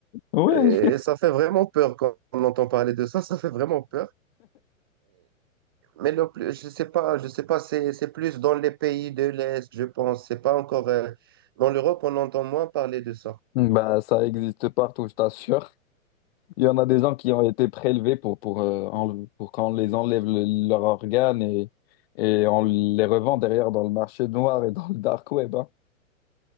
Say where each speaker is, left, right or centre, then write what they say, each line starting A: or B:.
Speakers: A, on the left (about 45°); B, on the right (about 20°).
A: oui.
B: Et ça fait vraiment peur quand on entend parler de ça. Ça fait vraiment peur. Mais le plus, je sais pas, je sais pas, c'est, c'est plus dans les pays de l'Est, je pense. C'est pas encore, euh, dans l'Europe, on entend moins parler de ça.
A: bah ça existe partout, je t'assure. Il y en a des gens qui ont été prélevés pour pour euh, enle- pour qu'on les enlève le- leurs organes et et on les revend derrière dans le marché noir et dans le dark web. hein.